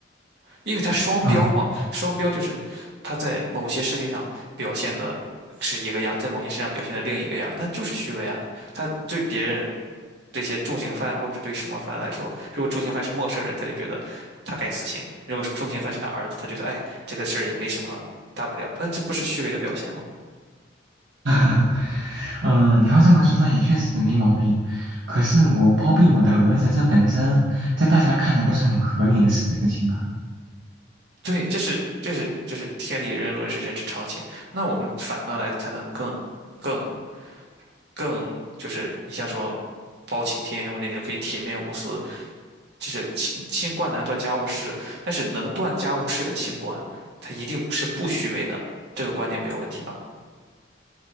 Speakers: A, on the right; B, on the right.
A: 因为他双标嘛，
B: 嗯，
A: 双标就是他在某些事情上表现的是一个样，在某些事情上表现的另一个样，那就是虚伪啊。他对别人这些重刑犯或者对什么犯来说，如果重刑犯是陌生人，他就觉得他该死刑；如果重刑犯是他儿子，他觉得哎这个事儿也没什么大不了，那这不是虚伪的表现吗？
B: <laughs> 嗯，你要这么说，那也确实没毛病。可是我包庇我的儿子，这本身在大家看来都是很合理的事情吧？
A: 对，这是这是这是天理人伦是人之常情。那我们反倒来才能更更更就是你像什么包青天或者你就可以铁面无私。就是清清官难断家务事，但是能断家务事的清官，他一定是不虚伪的，这个观点没有问题吧？